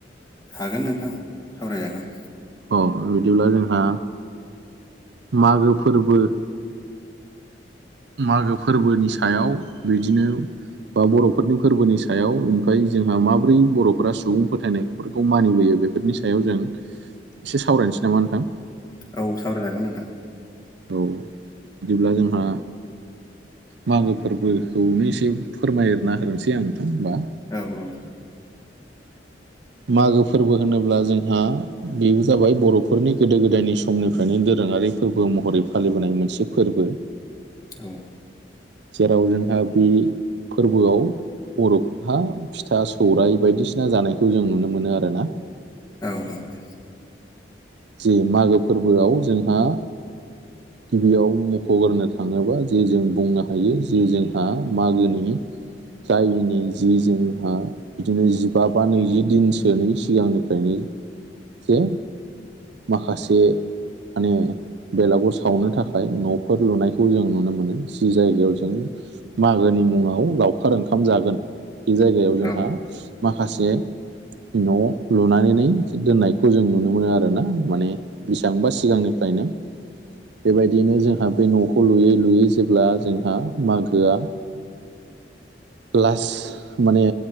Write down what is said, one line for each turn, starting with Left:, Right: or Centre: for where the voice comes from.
Left: हागोन नोंथां सावरायजागोन
Right: अ बिदिब्ला जोंहा मागो फोरबो मागो फोरबोनि सायाव बिदिनो बा बर'फोरनि फोरबोनि सायाव ओमफ्राय जोंहा माब्रै बर'फोरा सुबुं फोथायनाय फोरखौ मानिबोयो बेफोरनि सायाव जों एसे सावरायनोसै नामा नोंथां
Left: औ सावरायजागोन नोंथां
Right: औ बिदिब्ला जोंहा मागो फोरबोखौनो एसे फोरमायना होनोसै आं नोंथां होमबा
Left: औ औ
Right: मागो फोरबो होनोब्ला जोंहा बेबो जाबाय बर'फोरनि गोदो गोदायनि समनिफ्रायनो दोरोङारि फोरबो महरै फालिबोनाय मोनसे फोरबो
Left: दङ
Right: जेराव जोंहा बे फोरबोआव बर'फोरहा फिथा सौराइ बायदिसिना जानायखौ जों नुनो मोनो आर ना
Left: औ औ
Right: जे मागो फोरबोआव जोंहा गिबियाव मख'गोरनो थाङोबा जे जों बुंनो हायो जे जोंहा मागोनि जायिनि जि जोंहा बिदिनो जिबा बा नैजि दिनसोनि सिगांनिफ्रायनो जे माखासे माने बेलागाव सावनो थाखाय न'फोर लुनायखौ जों नुनो मोनो जि जायगायाव जों मागोनि मुङाव लावखार ओंखाम जागोन बे जायगायाव जोंहा
Left: औ
Right: माखासे न' लुनानै दोननायखौ जों नुनो मोनो आरो ना माने बेसेबांबा सिगांनिफ्रायनो बेबायदिनो जोंहा बे न'खौ लुयै लुयै जेब्ला जोंहा मागोआ लास माने